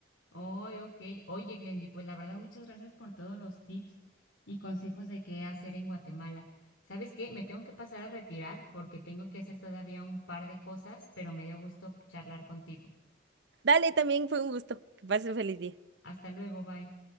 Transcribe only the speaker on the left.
Oye, ok. Oye, Glendy, pues la verdad, muchas gracias por todos los tips y consejos de qué hacer en Guatemala. ¿Sabes qué? Me tengo que pasar a retirar porque tengo que hacer todavía un par de cosas, pero me dio gusto charlar contigo.
Hasta luego, bye.